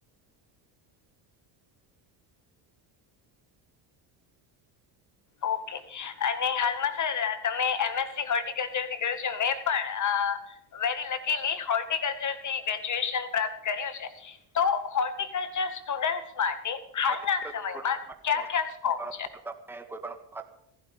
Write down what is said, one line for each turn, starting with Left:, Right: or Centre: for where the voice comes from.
Left: ઓકે. અને હાલમાં સર તમે એમ એસ સી હોર્ટિકલ્ચર થી કર્યું છે મેં પણ લખેલી હોર્ટિકલ્ચર થી ગ્રેજ્યુએશન પ્રાપ્ત કર્યું છે, તો હોર્ટિકલ્ચર સ્ટુડન્ટ માટે હાલના
Centre: વર્ટિકલ
Left: સમયમાં
Centre: સ્ટુડન્ટ માટે
Left: ક્યા
Centre: મોસ્ટલી
Left: ક્યાં સ્કોપ છે?
Centre: તમે કોઈ પણ